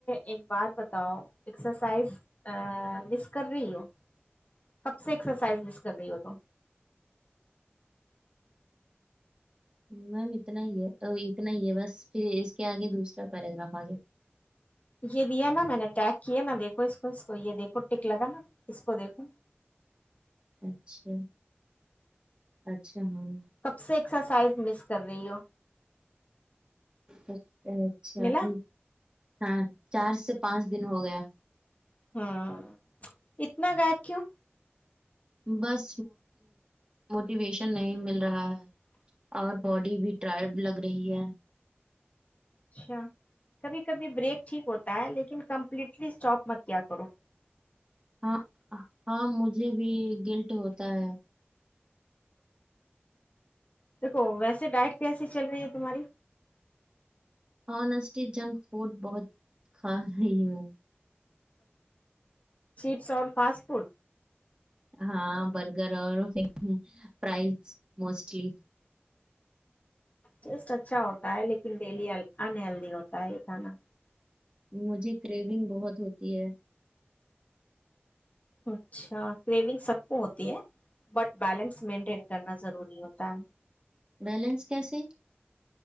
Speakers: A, on the left (about 35°); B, on the right (about 25°).
A: ایک بات بتاؤ ایکسرسائز ا مس کر رہی ہو کب سے ایکسرسائز مس کر رہی ہو تم
B: میم اتنا ہی ہے اتنا ہی ہے بس پھر اس کے آگے دوسرا پیراگراف آگے
A: یہ دیا نا میں نےٹیک کیا نا دیکھو اس کو اس کو یہ دیکھو ٹک لگا نا اس کو دیکھو
B: اچھا اچھا ہاں
A: کب سے ایکسرسائز مس کر رہی ہو
B: اچ اچھا
A: ملا
B: ہ ہاں چار سے پانچ دن ہو گیا
A: ہاں اتنا غائب کیوں
B: بس موٹیویشن نہیں مل رہا ہے اور باڈی بھی ٹائڈ لگ رہی ہے
A: اچھا کبھی کبھی بریک ٹھیک ہوتا ہے لیکن لیکن کمپلیٹلی اسٹاپ مت کیا کروں
B: ہاں ہاں مجھے بھی گلٹ ہوتا ہے
A: دیکھو ویسے ڈائٹ کیسی چل رہی ہے تمہاری
B: ہنیسٹی جنک فوڈ بہت کھا رہی ہوں
A: چیپس اور فاسٹ فڈ
B: ہاں برگر اور فز موسٹلی
A: ٹیسٹ اچھا ہوتا ہے لیکن ڈیلی انہلدی ہوتا ہے یہ کھانا
B: مجھے کریونگ بہت ہوتی ہے
A: اچھا کریونگ سب کو ہوتی ہے بٹ بیلنس مینٹین کرنا ضروری ہوتا ہے
B: بیلنس کیسے